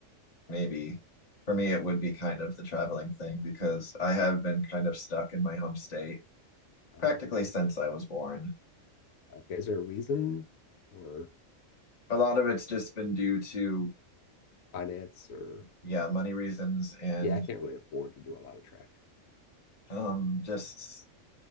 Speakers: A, on the left; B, on the left.
A: maybe for me it would be kind of the traveling thing because I have been kind of stuck in my home state
B: Oh,
A: practically
B: okay.
A: since I was born.
B: Okay. Is there a reason or
A: A lot of it's just been due to,
B: finance or
A: yeah, money reasons and
B: yeah, I can't really afford to do a lot of traffic.
A: um just